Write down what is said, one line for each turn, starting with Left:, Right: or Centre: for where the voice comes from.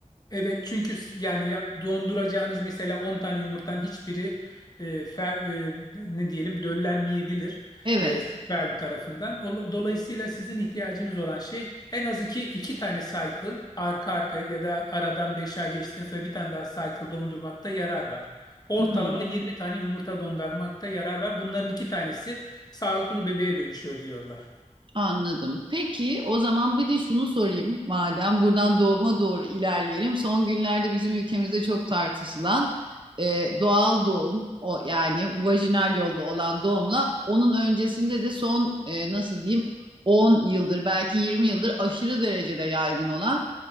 Left: Evet çünkü s- yani ya donduracağınız mesela 10 tane yumurtanın hiçbiri e, fer, e, ne diyelim döllenmeyebilir
Right: Evet.
Left: e, sperm tarafından. O- Dolayısıyla sizin ihtiyacınız olan şey en az iki, iki tane cycle arka arkaya ya da aradan 5 ay geçtikten sonra bir tane daha cycle dondurmakta yarar var. Ortalama
Right: Hmm.
Left: 20 tane yumurta dondurmakta yarar var. Bunların iki tanesi sağlıklı bebeğe dönüşüyor diyorlar.
Right: Anladım. Peki o zaman bir de şunu sorayım madem buradan doğuma doğru ilerleyelim. Son günlerde bizim ülkemizde çok tartışılan e, doğal doğum o yani vajinal yolla olan doğumla onun öncesinde de son e, nasıl diyeyim 10 yıldır belki 20 yıldır aşırı derecede yaygın olan